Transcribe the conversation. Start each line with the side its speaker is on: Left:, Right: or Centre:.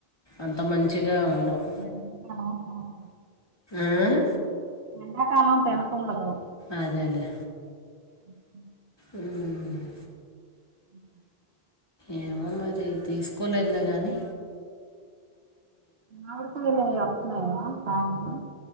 Left: అంత మంచిగా ఉండవ్.
Right: ఎండాకాలం తినకూడదు
Left: ఉమ్
Right: ఎండాకాలం తినా కుండదు.
Left: అదేలేే.
Right: ఉహు.
Left: ఉమ్.
Right: అ
Left: ఏమో మరి, తీసుకోలేద్లే గనీ.
Right: ఆ మామిడిపళ్ళు, అవి అస్తున్నాయి గదా కాయలు.